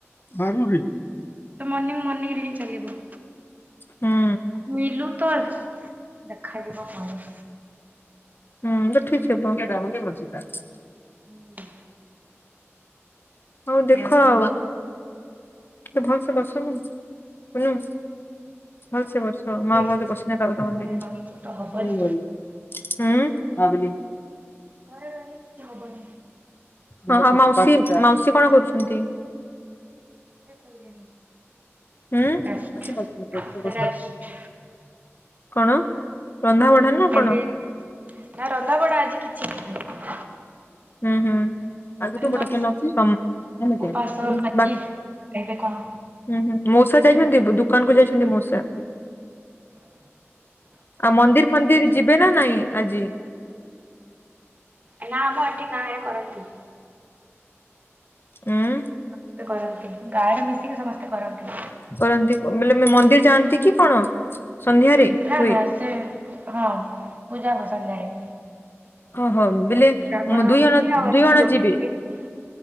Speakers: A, on the left (about 50°); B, on the right (about 35°).
A: ବାରୁରେ
B: ତ ମର୍ଣ୍ଣିଂ ମର୍ଣ୍ଣିିଂ ରେ ହିଁ ଚାଲିବ
A: ହୁଁ
B: ମିଲୁ ତ ଦେଖାଯିବ କଣ?
A: ହୁଁ <inaudible>
B: ହୁଁ।
A: ହଉ ଦେଖ ଆଉ ତ ଭଲସ ବସନୁ କୁନୁ ଭଲସ ବସ ମା
B: ଗୋଟେ
A: ଭଲସ <inaudible> ତମ
B: ଘରେ
A: ଦେଇ
B: ରହିକି ତ ହବନି
A: ହୁଁ <inaudible>
B: ଘରେ ରହିଲେ କିଛି ହବନି
A: ହଁ ଆଉ ମାଉସୀ ମାଉସୀ କଣ କରୁଛନ୍ତି?
B: ସେ ଶୋଇଲେଣି।
A: ହୁଁ
B: ରେଷ୍ଟ ରେଷ୍ଟ
A: କଣ ରନ୍ଧା ବଢା ନା କଣ?
B: ଏବେ ନା ରନ୍ଧା ବଢା ଆଜି କିଛି ନାହିଁ
A: ହୁଁ ହୁଁ। ଆଗ ତୁ ଗୋଟେ
B: ତ
A: କେ ନ ଅଛି ହେକ
B: ଉପାସ
A: <inaudible>
B: ଲାଗି ଏବେ କଣ
A: ହୁଁ ହୁଁ ମଉସା ଯାଇଛନ୍ତି ଦୋକାନ କୁ ଯାଇଛନ୍ତି ମଉସା ଆଉ ମନ୍ଦିର ଫନ୍ଦିର ଯିବେ ନା ନାଇଁ ଆଜି?
B: ନା ଆମ ଏଠି ଗାଁ ରେ କରନ୍ତି।
A: ଉଁ
B: ମିଶିକି ସମସ୍ତେ କରନ୍ତି ଗାଁରେ ମିଶିକି ସମସ୍ତେ କରନ୍ତି
A: କରନ୍ତି ବଲେ ମନ୍ଦିର ଯାଆନ୍ତି କି କଣ ସନ୍ଧ୍ୟାରେ
B: ନା
A: ହୁଏ
B: ନା ସେ ହଁ ପୂଜା ହବ ସନ୍ଧ୍ୟାରେ
A: ଓହୋ ବୋଲେ
B: ବ୍ରାହ୍ମଣ
A: ଦୁଇ
B: ଆସନ୍ତି
A: ଜଣ
B: ଆଉ ଏଠି
A: ଦୁଇ ଜଣ
B: ଯୋଉ
A: ଯିବେ